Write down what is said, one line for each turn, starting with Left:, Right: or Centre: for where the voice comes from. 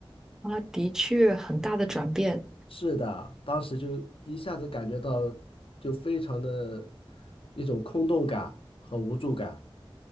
Centre: 啊，的确很大的转变，
Left: 是的，当时就一下子感觉到就非常的一种空洞感和无助感。